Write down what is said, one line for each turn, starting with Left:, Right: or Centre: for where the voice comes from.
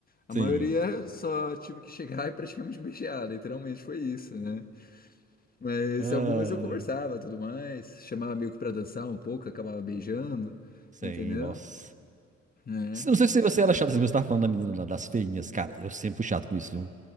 Left: A
Right: Sim.
Left: maioria só tive que chegar <laughs> e praticamente beijar, literalmente foi isso, né? Mas
Right: Ah,
Left: algumas eu conversava, tudo mais, chamava amigo pra dançar um pouco, acabava beijando,
Right: sim,
Left: entendeu?
Right: nossa.
Left: Né?
Right: Se- Não sei se você era chato assim, você tava falando da menina lá, das feinhas. Cara, eu sempre fui chato com isso, viu?